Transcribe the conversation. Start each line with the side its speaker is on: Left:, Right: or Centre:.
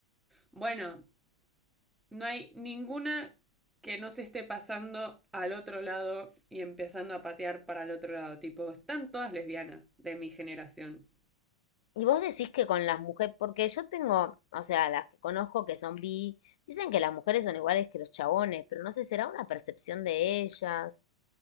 Centre: Bueno, no hay ninguna que no se esté pasando al otro lado y empezando a patear para el otro lado. Tipo, están todas lesbianas de mi generación.
Left: Y vos decís que con las mujeres, porque yo tengo, o sea, las que conozco que son bi, dicen que las mujeres son iguales que los chabones, pero no sé, será una percepción de ellas.